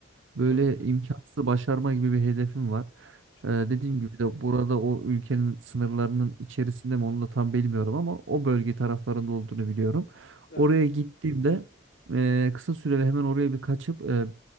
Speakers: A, on the right; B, on the left.
A: Böyle
B: Çok güzel.
A: imkansızı başarma gibi bir hedefim var.
B: Çok
A: Ee, dediğim
B: güzel kanka.
A: gibi de burada o ülkenin sınırlarının içerisinde mi onu da tam bilmiyorum ama o bölge taraflarında olduğunu biliyorum.
B: Evet.
A: Oraya gittiğimde e, kısa süreli hemen oraya bir kaçıp e,